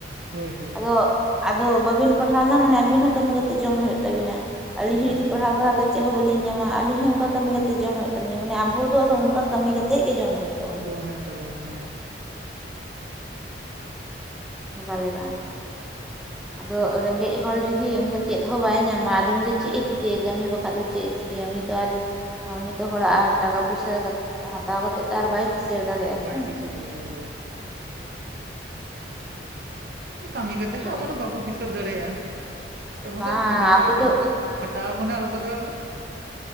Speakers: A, on the right; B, in the centre.
A: ᱦᱳᱭ ᱦᱳᱭ,
B: ᱫᱚ ᱟᱫᱚ ᱵᱟᱹᱵᱤᱱ ᱯᱟᱲᱦᱟᱣ ᱞᱮᱱᱟ ᱢᱟᱱᱮ ᱟᱵᱤᱱ ᱦᱚᱸ ᱠᱟᱹᱢᱤ ᱠᱟᱛᱮᱜ ᱡᱚᱢ ᱦᱩᱭᱩᱜ ᱛᱟᱵᱤᱱᱟ ᱾ ᱟᱞᱤᱧ ᱦᱚᱸ
A: ᱡᱚᱢ
B: ᱡᱩᱫᱤ
A: ᱦᱩᱭᱩᱜ
B: ᱯᱟᱲᱦᱟᱣ
A: ᱛᱟᱵᱚᱱᱟ
B: ᱯᱟᱲᱦᱟᱣ ᱛᱮ, ᱪᱮ ᱦᱚᱸ ᱵᱟᱹᱞᱤᱧ ᱧᱟᱢᱟ ᱟᱞᱤᱧ ᱦᱚᱸ ᱚᱱᱠᱟ ᱠᱟᱹᱢᱤ ᱠᱟᱛᱮ ᱡᱚᱢ ᱦᱩᱭᱩᱜ ᱛᱟᱹᱞᱤᱧ ᱢᱟᱱᱮ ᱟᱵᱚ ᱫᱚ ᱚᱱᱠᱟ ᱠᱟᱹᱢᱤ ᱠᱟᱛᱮᱜ ᱜᱮ ᱡᱚᱢ ᱦᱩᱭᱩᱜ ᱛᱟᱵᱚᱱᱟ
A: ᱡᱚᱢ ᱦᱩᱭᱩᱜ ᱛᱟᱵᱚᱱᱟ ᱦᱳᱭ
B: <unintelligible> ᱟᱫᱚ ᱨᱮᱸᱜᱮᱡ ᱦᱚᱲ ᱡᱩᱫᱤ ᱚᱱᱠᱟ ᱪᱮᱫ ᱦᱚᱸ ᱵᱟᱭ ᱧᱟᱢᱟ ᱟᱫᱚ ᱩᱱᱤ ᱪᱮᱫ ᱮ ᱪᱤᱠᱟᱹᱭᱟ ᱠᱟᱹᱢᱤ ᱵᱟᱠᱷᱟᱡ ᱫᱚ ᱪᱮᱫ ᱮ ᱪᱤᱠᱟᱹ- -ᱭᱟ ᱩᱱᱤ ᱫᱚ ᱟᱨ ᱩᱱᱤ ᱛᱚ ᱦᱚᱲᱟᱜ ᱟᱨ ᱴᱟᱠᱟ ᱯᱩᱭᱥᱟ ᱦᱟᱛᱟᱣ ᱠᱟᱛᱮ ᱛᱚ ᱟᱨ ᱵᱟᱭ ᱠᱤᱥ- ᱥᱟ. ᱲ ᱫᱟᱲᱮᱭᱟᱜᱼᱟ
A: ᱵᱟᱭ
B: ᱥᱮ
A: ᱠᱤᱥᱟᱹᱬ ᱫᱟᱲᱮᱭᱟᱜᱼᱟ ᱦᱳᱭ ᱠᱟᱹᱢᱤ ᱠᱟᱛᱮ ᱦᱚᱸ
B: ᱡᱚᱛᱚ
A: ᱟᱵᱚ ᱫᱚ ᱵᱟᱵᱚ ᱠᱤᱥᱟᱹᱲ ᱫᱟᱲᱮᱭᱟᱜ ᱫᱚᱢᱮ
B: ᱵᱟᱝ
A: ᱫᱚᱢᱮ
B: ᱟᱵᱚ
A: ᱠᱚ ᱫᱚᱢᱮ
B: ᱫᱚ
A: ᱠᱚ ᱠᱷᱟᱴᱟᱣ ᱵᱚᱱᱟ ᱟᱵᱚ ᱫᱚ